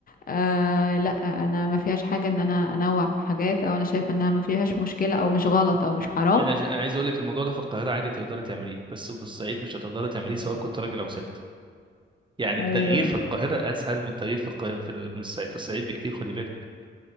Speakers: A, on the left (about 45°); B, on the right (about 25°).
A: آه لا انا ما فيهاش حاجه ان انا انوع في حاجات او انا شايفه انها ما فيهاش مشكله او مش غلط او مش حرام
B: انا ج- انا عايز اقول لك الموضوع ده في القاهره عادي تقدري تعمليه بس في الصعيد مش هتقدري تعمليه سواء كنت راجل او ست يعني التغيير
A: ايوه
B: في القاهره اسهل من التغيير في الق... في ال- من الصعيد في الصعيد بكتير خدي بالك